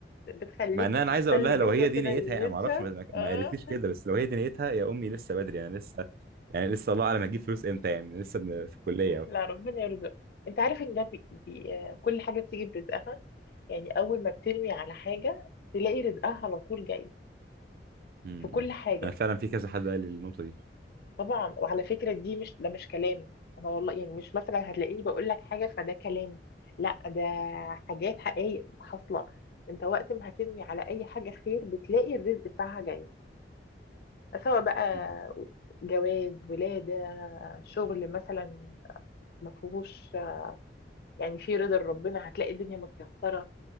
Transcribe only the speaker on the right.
مع ان انا
عايز اقول لها لو
هي دي
نيتها
انا ما اعرفش ما
ما قالتليش كده بس لو هي دي نيتها يا امي لسه بدري انا لسه يعني لسه الله اعلم هجيب فلوس امتى يعني لسه بن- في الكليه أهو.
م-
م.
انا فعلا في كذا حد قال لي النقطه دي
م-